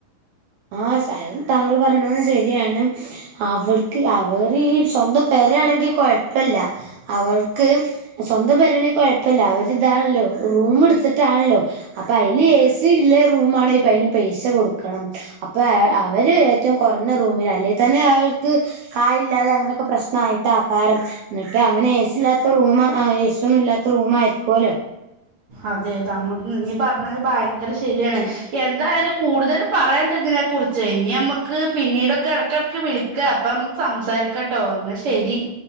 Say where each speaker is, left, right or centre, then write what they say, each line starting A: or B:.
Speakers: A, on the right; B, on the right.
A: ആഹ് താങ്കള് പറഞ്ഞതു ശെരിയാണ് അവർക്ക് അവര് ഈ സ്വന്തം പേരയാണെങ്കി കൊഴപ്പില്ല്യാ അവർക്ക് സ്വന്തം പേരണങ്കിൽ കൊഴപ്പില്ല അവരിതാണല്ലോ റൂം എടുത്തിട്ടാണല്ലോ അപ്പൊ അയില് എ സി ഇല്ല റൂ ആന്നെങ്കിൽ ഇപ്പ അതിന് പൈസ കൊടുക്കണം അപ്പൊ അവര് ഏറ്റവും കുറഞ്ഞ റൂമിൽ അല്ലെ തന്നെ അവർക്ക് കായല്ലാതെ അങ്ങനെയൊക്കെ പ്രശ്നമായിട്ടാ ആ കാരം എന്നിട്ട് അങ്ങനെ എ സി ഇല്ലാത്ത റൂം എ സിയ ഒന്നും ഇല്ലാത്ത റൂം ആയിരിക്കുമല്ലോ
B: അതെ താങ്ക നീ പറഞ്ഞത് ഭയങ്കര ശരിയാണ് എന്തായാലും കൂടുതൽ പറയണ്ടതിനെ കുറിച്ച് ഇനി നമക്ക് പിന്നീടൊക്കെ ഇടക്കിടക്ക് വിളി അപ്പൊ നമുക്ക് സംസാരിക്കട്ടോ എന്നാൽ ശരി